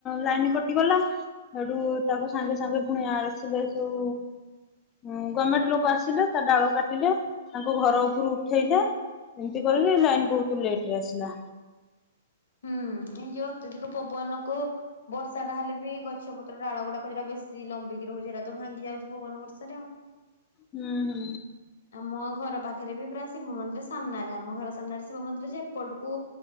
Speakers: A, on the left; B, on the left.
A: ଲାଇନ କଟିଗଲା। ସେଠୁ ତାକୁ ସାଙ୍ଗେ ସାଙ୍ଗେ ପୁଣି ଆସିଲେ ସବୁ ଉଁ ଗମେଣ୍ଟ ଲୋକ ଆସିଲେ ତା ଡାଳ କାଟିଲେ ତାଙ୍କୁ ଘର ଉପରୁ ଉଠେଇଲେ। ଏମିତି କରିଲେ ଲାଇନ ବହୁତ ଲେଟ୍ ରେ ଆସିଲା।
B: ହୁଁ ଏଇ ଯୋଉଁ ଅତ୍ୟଧିକ ପବନକୁ। ବର୍ଷାଟା ହେଲେ ବି ଗଛ ପତ୍ର ଡ଼ାଳ ଗୁଡାକ ଯେଉଟା ବେଶୀ ଲମ୍ବିକି ରହୁଛି ହେରାତ ତ ଭଙ୍ଗି ଯାଉଛି ପବନ ବର୍ଷା ରେ ଆଉ।
A: ହୁଁ ହୁଁ।
B: ଆମ ଘର ପାଖେରେ ବି ପୁରା ଶିବ ମନ୍ଦିର ସାମ୍ନାରେ ଆମ ଘର ସାମ୍ନାରେ ଶିବ ମନ୍ଦିର ଯେ ଏପଟକୁ?